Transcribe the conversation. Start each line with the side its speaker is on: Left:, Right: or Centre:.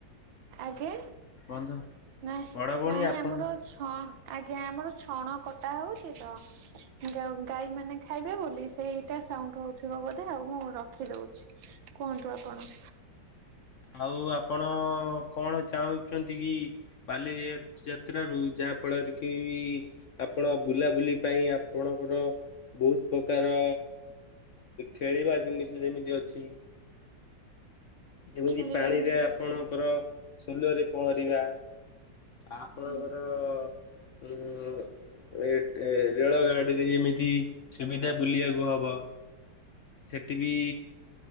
Right: ଆଗେ
Left: ବନ୍ଧୁ
Right: ନାଇଁ
Left: ବଡ଼ ଭଉଣୀ
Right: ନାଇଁ
Left: ଆପଣ
Right: ଆମର ଛ ଆଜ୍ଞା ଆମର ଛଣ କଟା ହଉଛି ତ। ଗ ଗାଈ ମାନେ ଖାଇବେ ବୋଲି ସେଇଟା ସାଉଣ୍ଡ ହଉଥିବ ବୋଧେ ଆଉ ମୁଁ ରଖିଦଉଛି। କୁହନ୍ତୁ ଆପଣ
Left: ଆଉ ଆପଣ କଣ ଚାହୁଁଛନ୍ତି କି? ବାଲି ଯାତ୍ର ରୁ ଯାହା ଫଳରେ କି ଆପଣ ବୁଲାବୁଲି ପାଇଁ ଆପଣଙ୍କର ବହୁତ ପ୍ରକାର ଖେଳିବା ଜିନିଷ ଯେମିତି ଅଛି। ଯେମିତି
Right: ଖେଳିବା
Left: ପାଣିରେ
Right: ଜିନିଷ
Left: ଆପଣଙ୍କର ସୋଲରେ ପହଁରିବା ଆପଣଙ୍କର
Right: ହୁଁ
Left: ଉଁ ଏ ଟେ ରେଳ ଗାଡ଼ିରେ ଯେମିତି ସୁବିଧା ବୁଲିବାକୁ ହବ। ସେଠିବି